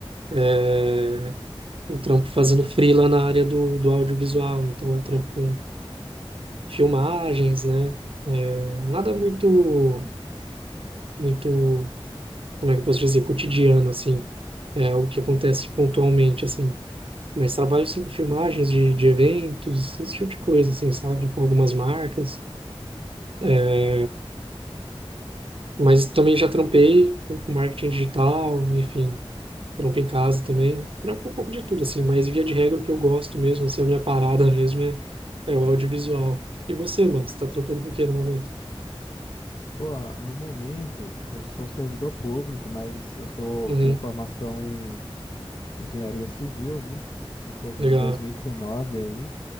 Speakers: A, on the right (about 65°); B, on the left (about 50°).
A: É, Eu trampo fazendo freela na área do, do audiovisual, então eu trampo com filmagens, né? É, Nada muito, muito, como é que eu posso dizer, cotidiano, assim. É o que acontece pontualmente, assim. Mas trabalho, sim, com filmagens de, de eventos, esse tipo de coisa, assim, sabe? Com algumas marcas. É, Mas também já trampei com com marketing digital, enfim, trampo em casa também. Trampo um pouco de tudo, assim, mas via de regra o que eu gosto mesmo, assim, a minha parada <laughs> mesmo é, é o audiovisual. E você, mano, você tá trampando com o quê no momento?
B: Pô, no momento, eu sou servidor público, mas eu sou...
A: Uhum,
B: tenho formação em engenharia civil, né? Me formei
A: legal.
B: em 2019 aí.